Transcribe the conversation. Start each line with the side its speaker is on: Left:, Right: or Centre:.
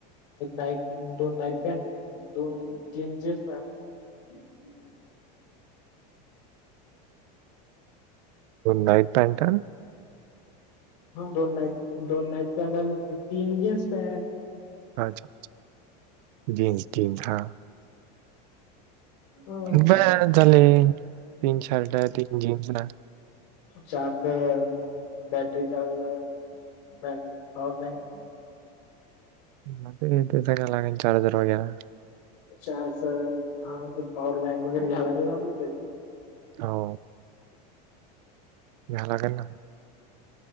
Left: नाईट दोन नाईट पॅन्ट दोन चेंस पॅ ह
Right: नाईट पॅनट
Left: ह दोन नाईट दोन नाईट पॅनट तीन जीन्स पॅनट
Right: अच्छाच्छ जिन्स जिन्स हा
Left: ह
Right: ब झाले तीन शर्ट आहे तीन जीन्स आहे
Left: charge battery charge bat power bank
Right: म ते सग्या लाग चार्जर वगैर
Left: चार् सर हा ते पॉवर बँक वगैरे घ्याला का ना आपलं ते
Right: हो <unintelligible>